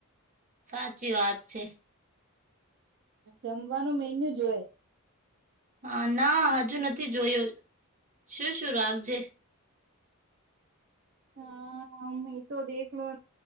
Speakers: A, on the right; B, on the right.
A: સાચી વાત છે.
B: જમવાનું મેન્યુ જોય
A: હા ના હજુ નથી જોયો શું શું રાખજે
B: હા મે તો દેખલો